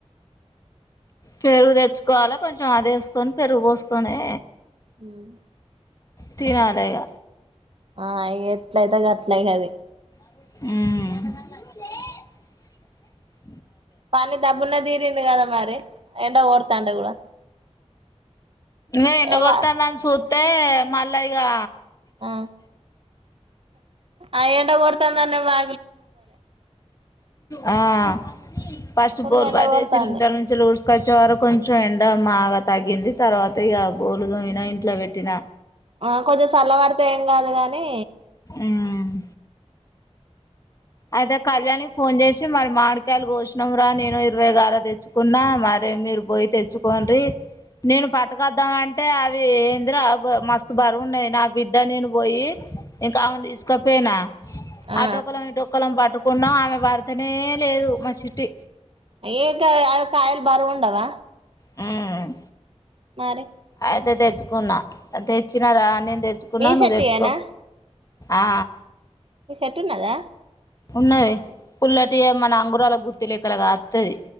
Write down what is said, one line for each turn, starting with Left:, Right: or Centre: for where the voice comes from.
Left: పెరుగు తెచ్చుకోవాలె కొంచెం అది వేసుకొని పెరుగు పోసుకనే
Right: హ్మ్ <inaudible>
Left: తినాలే ఇగ
Right: ఆ ఇగ ఎట్లయితే గట్లయి కది
Left: ఆ
Right: పని దబునా తీరింది కదా మరి ఎండ కొడ్తాంటే కూడా
Left: ఏ ఎండ
Right: ఏవ
Left: కొడతాంద అని సు తే మళ్ళ ఇగా
Right: ఆ అఎండ కొడ్తాన్న బా
Left: ఆ ఆ ఫస్ట్
Right: ఫుల్
Left: బోల్
Right: ఎండ
Left: బయటేసి
Right: కొడుతుంది
Left: ఇంట నుంచి ఒక చివర కొంచెం ఎండ బాగా తాగింది తర్వాత త్తగా బోలుతోమినా ఇంట్ల పెట్ తిన
Right: ఆ కొద్దిగా సల్ల పడితే ఏం కాదు గాని
Left: మ్మ్ అయితే కళ్యాణికి ఫోన్ చేసి మరి మామిడికాయలు కోషినం రా నేను ఇరవైగాల తెచ్చుకున్నా మరి మీరు పోయి తెచ్చుకోన్రి నేను పట్కొద్దామ అంటే అవి ఏందిరా మస్తు బరువున్నాయి నా బిడ్డ నేను పోయి ఇంకా ఆమెతీసుకొ పేనా
Right: ఆ
Left: ఆటోకలమ్ ఇటో పొలం పట్టుకున్నామ్ ఆమె పడితేనే లేదు మా చిట్టి
Right: ఏక కాయలు బరువు ఉండవా
Left: హ్మ్
Right: మరి
Left: అయితే తెచ్చుకున్నా తెచ్చినారా నేను తెచ్చుకున్నా
Right: మీ
Left: నువ్వు
Right: చెట్టుయేనా
Left: తెచ్చుకో ఆ
Right: నీ షట్ ఉన్నదా
Left: ఉన్నది పుల్లటి ఏ మన అంగురాల గుర్తులేక్కల గాత్తది